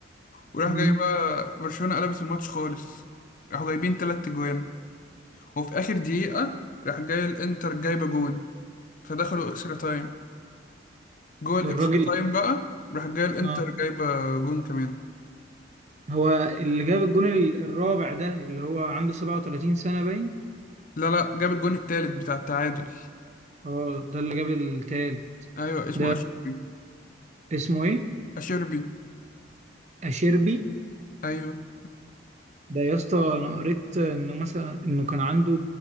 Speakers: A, on the left; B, on the right.
A: وراح
B: مم.
A: جاي بقى برشلونة قلبت الماتش خالص راحوا جايبين تلات جوان وفي اخر دقيقة راح جاي الانتر جايبة جون فدخلوا اكسترا تايم جوه الاكسترا
B: الراجل
A: تايم بقى راح جاي الانتر
B: آه.
A: جايبة جون كمان
B: هو اللي جاب الجون ال- الرابع ده اللي هو عنده 37 سنة باين
A: لا لا جاب الجون التالت بتاع التعادل
B: اه ده اللي جاب التالت
A: ايوه اسمه
B: ده
A: اشيربي
B: اسمه ايه
A: اشيربي
B: اشيربي
A: ايوه
B: ده يا اسطى انا قريت انه مثلا انه كان عنده